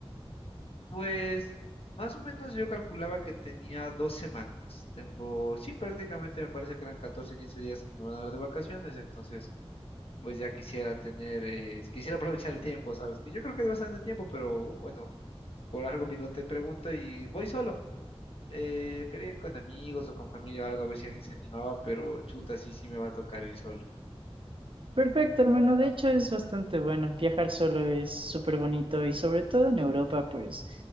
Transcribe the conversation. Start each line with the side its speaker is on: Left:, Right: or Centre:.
Left: Pues, más o menos yo calculaba que tenía dos semanas. Tengo, sí, prácticamente me parece que eran 14, 15 días que me van a dar de vacaciones, entonces. pues ya quisiera tener, eh, quisiera aprovechar el tiempo, ¿sabes? Que yo creo que es bastante tiempo, pero bueno, por algo mismo te pregunto y voy solo. Eh, quería ir con amigos o con familia o algo, a ver si alguien se animaba, pero chuta, sí, sí me va a tocar ir solo.
Right: Perfecto, hermano. De hecho, es bastante bueno. Viajar solo es súper bonito y sobre todo en Europa, pues